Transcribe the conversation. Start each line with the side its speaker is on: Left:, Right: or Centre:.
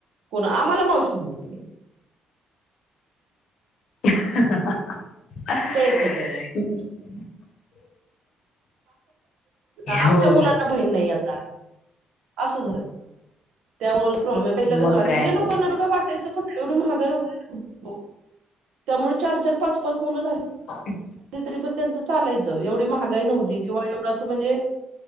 Right: कोण आम्हाला मावशी नाय.
Left: <unintelligible>
Right: आता एकच आहे आमच्या
Left: होय
Right: मुलांना बहीण नाय आता. असं झालं त्यामुळ प्रॉब्लेम पहिलं
Left: मग काय
Right: लोकांना
Left: तर.
Right: अस काय वाटायचं पण एवढी महागाई <inaudible> न्हवती ओ त्यामुळ चार चार पाच पाच मुलं झाली.
Left: <inaudible>
Right: ती तरी पण त्यांचं चालायचं एवढी महाग गाय न्हवती किंवा एवढ अस म्हणजे